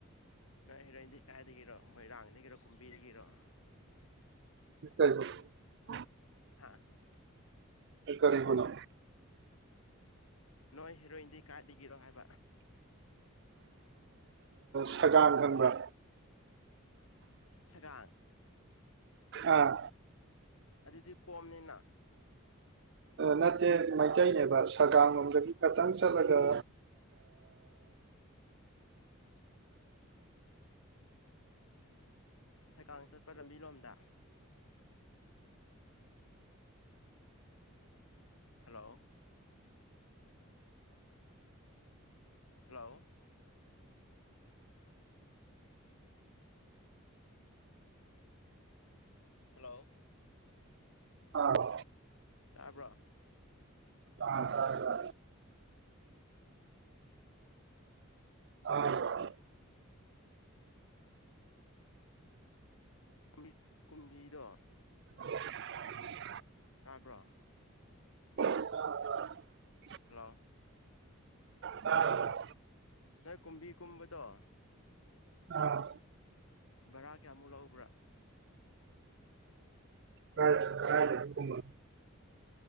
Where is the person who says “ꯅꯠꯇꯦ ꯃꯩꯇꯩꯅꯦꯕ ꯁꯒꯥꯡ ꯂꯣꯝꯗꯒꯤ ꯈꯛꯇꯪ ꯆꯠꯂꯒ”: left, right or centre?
Right